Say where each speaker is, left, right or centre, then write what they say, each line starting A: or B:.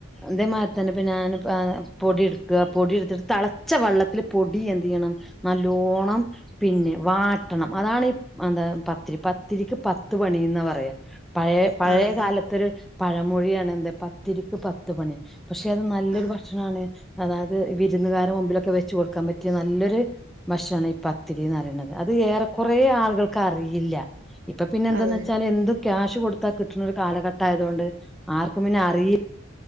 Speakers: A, in the centre; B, on the right.
A: ഇതെ മാരി തന്നെ ഞാൻ പൊടി ഇട്ത് പൊടി ഇട്ക്കാപൊടിഎടുത്തിട്ട് തിള വെള്ളത്തിൽ പൊടി എന് ചെയ്യണം നല്ലോണം പിന്നെ വാട വട്ടണം അതാണ് പ പത്തിരിപത്തിരിക്ക്പത്ത് പണി എന്നാ പറയാ പഴയ
B: അതെ
A: കാലത്തൊരു പഴമൊഴിയാണ് എന്താ പത്തിരിക്ക് പത്ത് മണി പക്ഷെ അത് നല്ലൊരു
B: ആഹ്
A: ഭക്ഷണാണ് അതായത് വിരുന്നുകാരെ മുമ്പിലൊക്കെ വെചച്ച് കൊടുക്കാൻ പറ്റിയ നല്ലൊരു ഭക്ഷ ണാണ് ഈ പത്തിരിന്ന് പറയണുന്നത് അത് ഏറെ കുറ ആൾുകൾക്ക് അറിയില്ല ഇപ്പ പിന്നെ എന്താന്ന്
B: അതെ
A: വെച്ചാൽ എന്തും ക്യാഷ്ഷ് കൊടുത്താൽ കിട്ടുന്ന ഒരു കാലഘട്ട ആയതുകൊണ്ട് ആർക്കും പിന്നെ അറിയില്ല